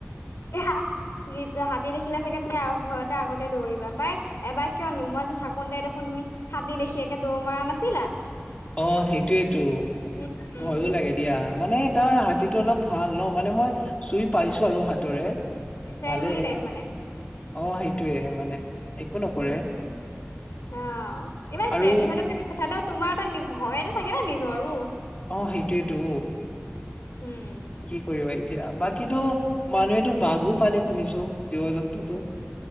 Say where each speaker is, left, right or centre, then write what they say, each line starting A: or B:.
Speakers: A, on the left (about 80°); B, on the left (about 30°).
A: হাতী দেখি দেখিলা চাগে তুমি ঘৰতে আগতে দৌৰিবা পাই এবাৰ কিয়নো মই থাকোতে দেখোন তুমি হাতী দেখি একে দৌৰ মৰা নাছিলা
B: অ সেইটোয়েইতো
A: উম উম
B: ভয়ো লাগে দিয়া মানে তাৰ হাতীটো অলপ ভাল ন মানে মই চুই পাইছো আৰু হাতৰে
A: ফ্ৰেণ্ডলি
B: ভালেই
A: টাইপ মানে
B: অ সেইটোয়ে মানে একো নকৰে
A: উম অ ইমান
B: আৰু
A: ফ্ৰেণ্ডলি হলে মানে কথাতো তোমাৰ এটা ভয় এটা থাকে না নিজৰো
B: অ সেইটোয়েইটো
A: উম
B: কি কৰিবা এতিয়া বাকীটো মানুহেতো বাঘো পালে শুনিছো জীৱ জন্তুতো